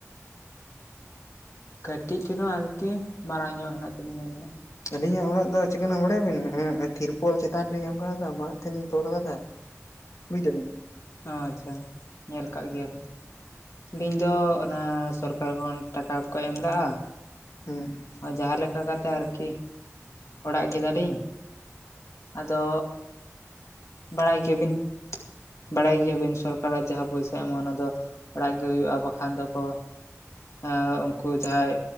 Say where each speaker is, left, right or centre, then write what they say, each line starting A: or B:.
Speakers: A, on the left (about 65°); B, on the left (about 85°).
A: ᱠᱟᱹᱴᱤᱡ ᱪᱩᱞᱤᱝ ᱟᱨᱹᱠᱤ ᱢᱟᱨᱟᱝ ᱧᱚᱜ ᱦᱮᱸᱱᱟᱜ ᱛᱟᱞᱤᱧ ᱟᱞᱤᱧᱟᱜ᱾
B: ᱟᱹᱞᱤᱧᱟᱜ ᱚᱲᱟᱜ ᱫᱚ ᱪᱤᱠᱟᱱᱟᱜ ᱵᱟᱲᱟᱭᱟᱵᱤᱱ ᱱᱟᱜᱟᱭ ᱛᱤᱨᱯᱚᱞ ᱪᱮᱛᱟᱱ ᱨᱮ ᱞᱤᱧ ᱮᱢ ᱠᱟᱣᱫᱟ ᱢᱟᱫ ᱛᱮᱞᱤᱧ ᱛᱚᱞ ᱠᱟᱫᱟ, ᱵᱩᱡ ᱫᱟᱵᱤᱱ?
A: ᱟᱪᱷᱟ ᱧᱮᱞ ᱠᱟᱜ ᱜᱮᱭᱟᱹᱞᱤᱧ᱾ ᱟᱞᱤᱧ ᱫᱚ ᱚᱱᱟ ᱥᱚᱨᱠᱟᱨ ᱠᱷᱚᱱ ᱴᱟᱠᱟ ᱠᱚ ᱮᱢ ᱞᱟᱜᱼᱟ,
B: ᱦᱩᱸ᱾
A: ᱟᱨ ᱡᱟᱦᱟᱸ ᱞᱮᱠᱟ ᱠᱟᱛᱮᱜ ᱟᱨᱠᱤ ᱚᱲᱟᱜ ᱠᱮᱫᱟᱞᱤᱧ ᱟᱫᱚ ᱵᱟᱲᱟᱭ ᱜᱮᱭᱟ ᱵᱤᱱ? ᱵᱟᱹᱲᱟᱭ ᱜᱮᱭᱟᱵᱤᱱ ᱥᱚᱨᱠᱟᱨᱟᱜ ᱡᱟᱦᱟᱸ ᱯᱚᱭᱥᱟ ᱮᱢᱟ ᱚᱱᱟ ᱫᱚ ᱚᱲᱟᱜ ᱜᱮ ᱦᱩᱭᱩᱜᱼᱟᱹ ᱵᱟᱹᱠᱷᱟᱡ ᱫᱚᱠᱚ ᱮᱸ ᱩᱝᱠᱩ ᱡᱟᱦᱟᱸᱭ